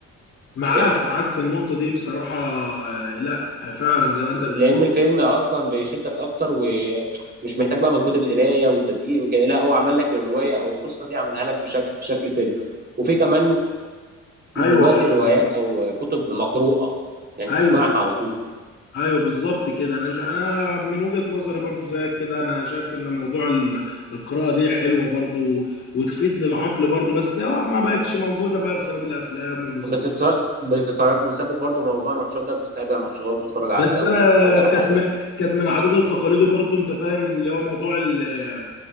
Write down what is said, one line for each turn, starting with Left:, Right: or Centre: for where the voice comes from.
Left: معاك
Right: كتاب
Left: معاك في النقطه دي بصراحه آه، لا فعلا زي ما انت بتقول
Right: لان الفيلم اصلا بيشدك اكتر ومش محتاج بقى مجهود القرايه والتدقيق وكده لا هو عمل لك الروايه او القصه دي عملها لك بشكل في شكل فيلم وفي كمان دلوقتي
Left: ايوه
Right: روايات او كتب مقروءه يعني
Left: ايوه
Right: تسمعها على طول
Left: ايوه بالظبط كده انا ش... انا من وجهة نظري برضو زيك كده انا شايف ان موضوع ال- القراءة دي حلوة برضو وتفيد للعقل برضو بس هو ما بقتش موجودة بقى بسبب الافلام والمسلسلات
Right: بتت... بتتفرج مثبت برضو موضوع الماتشات ده بتتابع ماتشات بتتفرج على
Left: بس
Right: دوري
Left: انا
Right: بتتفرج على
Left: كانت
Right: حاجة
Left: م... كانت من عاداتي وتقاليدي برضو انت فاهم اللي هو موضوع ال-